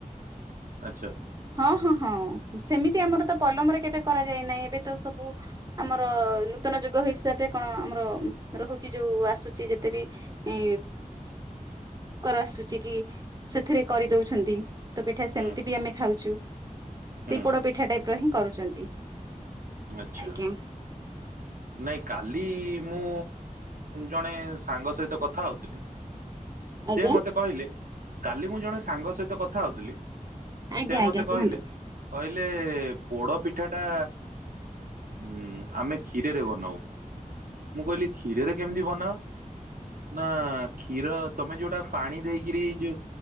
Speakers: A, on the right; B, on the right.
A: ଆଚ୍ଛା!
B: ହଁ-ହଁ-ହଁ ସେମିତି ଆମର ତ ପଲମରେ କେବେ କରାଯାଏ ନାହିଁ ଏବେ ତ ସବୁ ଆମର ନୂତନ ଯୁଗ ହିସାବରେ କଣ ଆମର ରହୁଛି ଯୋଉ ଆସୁଛି ଯେତେ ବି ଏ କୁକର ଆସୁଛି କି ସେଥିରେ କରିଦଉଛନ୍ତି। ରତ ପିଠା ସେମିତି
A: ହୁଁ
B: ବି ଆମେ ଖାଉଛୁ ସେଇ
A: ହୁଁ
B: ପୋଡ ପିଠା ଟାଇପ ର ହିଁ କରୁଛନ୍ତି!
A: ଆଚ୍ଛା।
B: ଆଜ୍ଞା
A: ନାଇଁ କାଲି ମୁଁ ଜଣେ ସାଙ୍ଗ ସହିତ କଥା ହଉଥିଲି।
B: ଆଜ୍ଞା
A: ସିଏ ମତେ କହିଲେ କାଲି ମୁଁ ଜଣେ ସାଙ୍ଗ ସହିତ କଥା ହଉଥିଲି।
B: ଆଜ୍ଞା
A: ସେ
B: ଆଜ୍ଞା
A: ମତେ
B: କୁହନ୍ତୁ
A: କହିଲେ କହିଲେ ପୋଡ଼ ପିଠା ଟା ଉଁ ଆମେ କ୍ଷୀରରେ ବନାଉ। ମୁଁ କହିଲି କ୍ଷୀରରେ କେମିତି ବନାଅ? ନା କ୍ଷୀର ତମେ ଯୋଉଟା ପାଣି ଦେଇକିରି ଯୋ